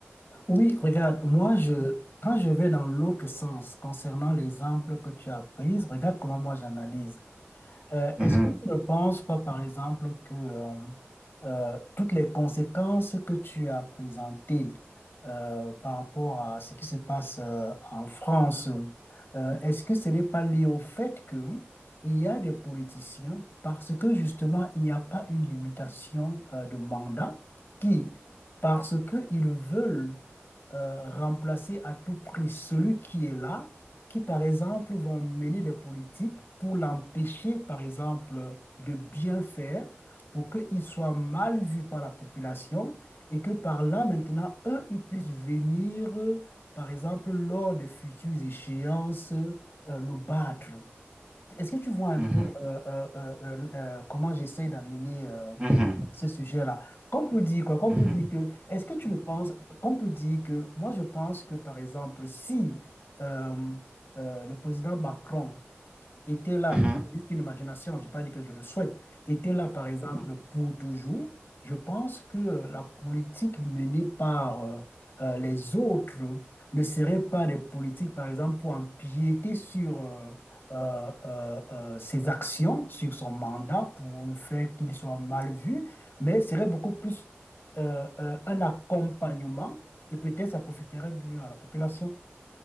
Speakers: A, on the left; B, on the right.
A: Oui, regarde, moi, je, quand je vais dans l'autre sens concernant l'exemple que tu as pris, regarde comment moi j'analyse. Euh,
B: Mhm,
A: est-ce que tu ne penses pas, par exemple, que euh, euh, toutes les conséquences que tu as présentées euh, par rapport à ce qui se passe euh, en France, euh, est-ce que ce n'est pas lié au fait que il y a des politiciens parce que justement il n'y a pas une limitation euh, de mandat qui, parce qu'ils veulent euh, remplacer à tout prix celui qui est là, qui, par exemple, vont mener des politiques pour l'empêcher, par exemple, de bien faire, pour qu'il soit mal vu par la population et que par là, maintenant, eux, ils puissent venir, euh, par exemple, lors de futures échéances, euh, le battre. Est-ce que tu vois un
B: mhm,
A: peu euh, euh, euh, euh, euh, comment j'essaie d'amener euh,
B: mhm,
A: ce sujet-là. Comme pour dire quoi? Comme
B: mhm,
A: pour dire que, est-ce que tu le penses? Comme pour dire que, moi, je pense que, par exemple, si euh, euh, le président Macron était là,
B: mhm,
A: c'est juste une imagination, je ne vais pas dire que je le souhaite, était là, par exemple, pour toujours, je pense que la politique menée par euh, euh, les autres ne serait pas des politiques, par exemple, pour empiéter sur euh, euh, euh, euh, ses actions, sur son mandat, pour le faire qu'il soit mal vu, mais serait beaucoup plus euh, euh, un accompagnement et peut-être ça profiterait mieux à la population.